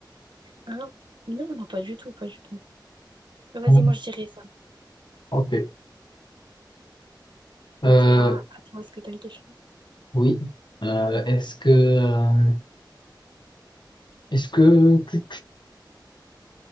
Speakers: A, on the right; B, on the left.
A: Hein? Non, non, pas du tout, pas du tout. Mais Vas-y,
B: <laughs>
A: moi je dirais ça.
B: Ok. Euh,
A: Ok, ah, à toi, est-ce que t'as une question?
B: oui. Euh, est-ce que, euh, est-ce que, tu-